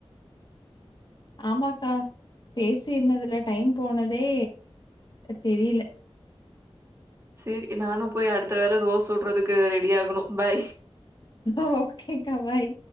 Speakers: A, on the left; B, on the right.
A: ஆமாக்கா பேசி இருந்ததுல டைம் போனதே தெரில
B: சேரி நானு போய் அடுத்த வேல தோச சுட்றதுக்கு ரெடி ஆகணு பாய்
A: ஓகேக்கா பாய்